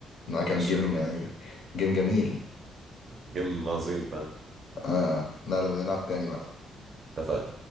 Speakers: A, on the left; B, on the right.
A: ده كان
B: ماشي
A: جيم
B: يا عم.
A: جيم جميل
B: جيم عظيم فعلا
A: آه لا لا بنلعب تاني بقى
B: اتفقنا